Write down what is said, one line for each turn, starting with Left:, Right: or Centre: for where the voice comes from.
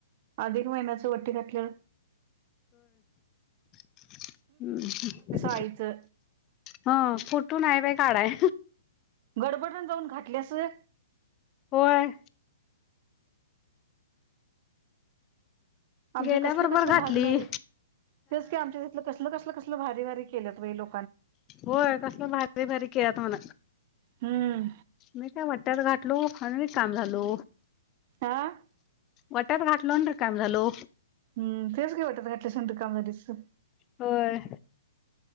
Right: अधिक महिन्याचं वटी घातलं
Left: ह्
Right: आईचं
Left: हा फोटो नाय बा काढाय
Right: गडबडण जाऊन घातल्यास व्हय
Left: होय
Right: आमच्या
Left: गेल्या
Right: कसल
Left: बरोबर
Right: कसलं
Left: घातली
Right: भारी भारी हेच का आमच्या तथलं कसलं कसलं कस भारी भारी केत लो
Left: होय तसलं भारी भारी केत म्हणा
Right: हम्म
Left: मी काय वाट्यात घातलो उखळ आणि मी काम झालो
Right: आ
Left: वाट्यात घाटल रे कायम झालो
Right: हम् तेच काय वाटत घटल्या शंड कामदारीच
Left: होय